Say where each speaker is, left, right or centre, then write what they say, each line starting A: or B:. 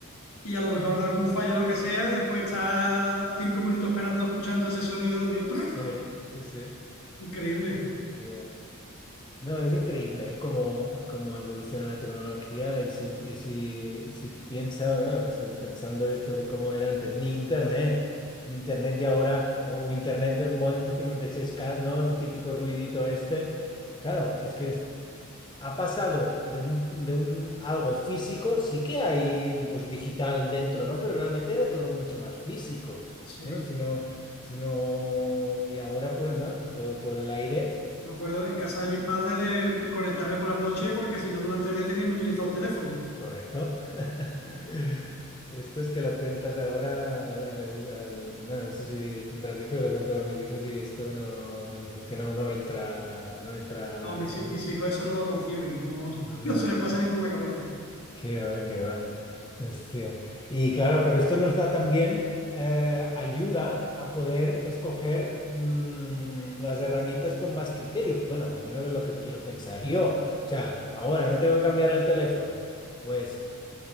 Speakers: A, on the left (about 85°); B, on the left (about 20°).
A: Y a lo mejor de algún fallo, o lo que sea, después está cinco minutos esperando, escuchando ese sonido de prrr.
B: Sí, sí, sí.
A: Increíble.
B: Ya. No, es increíble, ¿eh? cómo, cómo evoluciona la tecnología y si, y si, y si piensa, bueno, si- pensando esto de cómo era antes, ni internet, ni internet de ahora, o internet del módem de cincuenta y seis k ¿no? El típico ruidito este. Claro, es que es- ha pasado de un, de un algo físico, sí que hay pues digital dentro, ¿no? Pero realmente era todo mucho más físico,
A: Sí,
B: ¿no? Si no, si no- y ahora pues nada, todo por el aire.
A: me acuerdo en casa de mis padres de conectarme por las noches porque si no durante el día tienen inutilizado el teléfono.
B: Correcto. <laughs> Esto es que lo cuentas ahora al- al- al- bueno, no sé si tendrás hijos, lo cuento a mis hijos y esto no, es que no, no entra, no entra,
A: No, mis,
B: ¿eh?
A: hi- mis hijos eso no lo conciben, no,
B: no,
A: <laughs> no se les pasa ni por la cabeza.
B: qué va, qué va. Hostia. Y claro, pero esto nos da también eh, ayuda a poder escoger mm, las herramientas con más criterio. Bueno, al menos es lo que quiero pensar yo. O sea, ahora me tengo que cambiar el teléfono. Pues